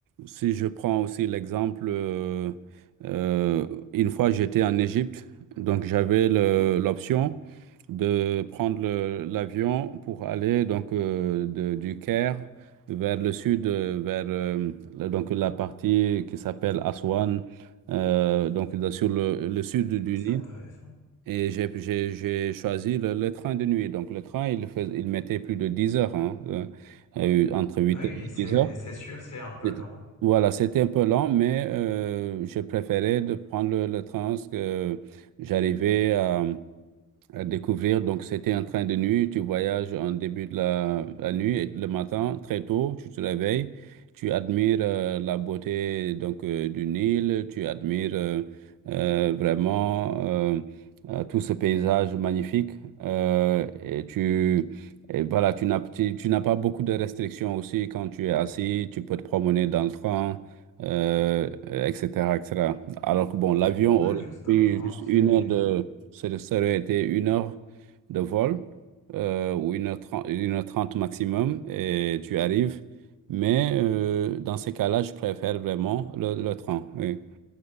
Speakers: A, on the right (about 85°); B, on the left (about 65°).
A: si je prends aussi l'exemple, euh, euh, une fois j'étais en Égypte, donc j'avais le- l'option de prendre le- l'avion pour aller donc euh, de- du Caire vers le sud, euh, vers euh, la- donc la partie qui s'appelle Aswan, euh, donc là, sur le, le sud du
B: c'est
A: Nil.
B: intéressant.
A: Et j'ai j'ai- j'ai choisi le, le train de nuit. Donc le train, il fais- il mettait plus de 10 heures, hein, euh, euh, entre 8
B: Ah Oui,
A: et
B: c'est
A: 10 heures.
B: c'est sûr, c'est un peu
A: C'était-
B: lent.
A: Voilà, c'était un peu lent, mais euh, je préférais de prendre le, le train parce que j'arrivais à à découvrir. Donc, c'était un train de nuit. Tu voyages en début de la, la nuit et le matin, très tôt, tu te réveilles, tu admires euh, la beauté donc euh, du Nil, tu admires euh, euh, vraiment euh, euh, tout ce paysage magnifique. Euh, et tu et voilà, tu n'as tu, tu n'as pas beaucoup de restrictions aussi quand tu es assis, tu peux te promener dans le train. euh, etc., etc. Alors que bon, l'avion aurait
B: Oui, justement,
A: pris juste
B: c'est...
A: une heure de, ça ça aurait été une heure de vol euh, ou une heure trente, une heure trente maximum et tu arrives. Mais euh, dans ces cas-là, je préfère vraiment le, le train. Oui.